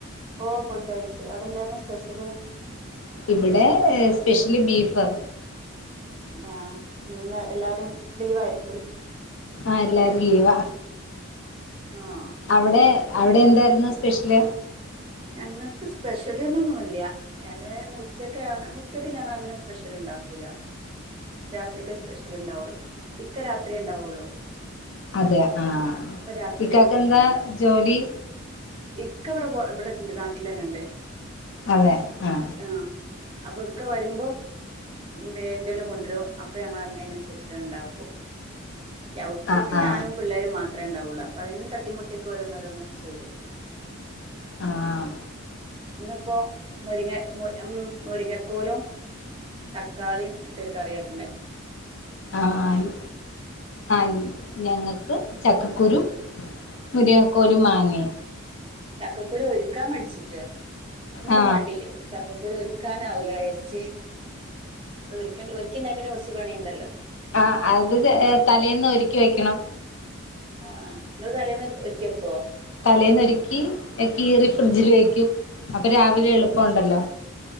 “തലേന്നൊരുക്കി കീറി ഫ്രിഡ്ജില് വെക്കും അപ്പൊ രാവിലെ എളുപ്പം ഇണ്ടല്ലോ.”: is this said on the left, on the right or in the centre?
Left